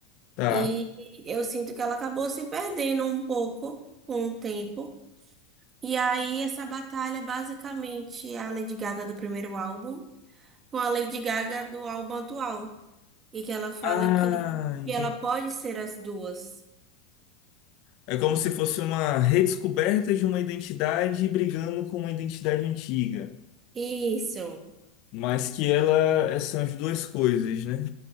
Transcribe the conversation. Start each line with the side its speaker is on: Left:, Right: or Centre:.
Left: Tá.
Right: E eu sinto que ela acabou se perdendo um pouco com o tempo. E aí, essa batalha é basicamente a Lady Gaga do primeiro álbum com a Lady Gaga do álbum atual. E que ela fala
Left: Ah,
Right: que, que
Left: entendi.
Right: ela pode ser as duas.
Left: É como se fosse uma redescoberta de uma identidade brigando com uma identidade antiga.
Right: Isso,
Left: Mas que ela é- são as duas coisas, né?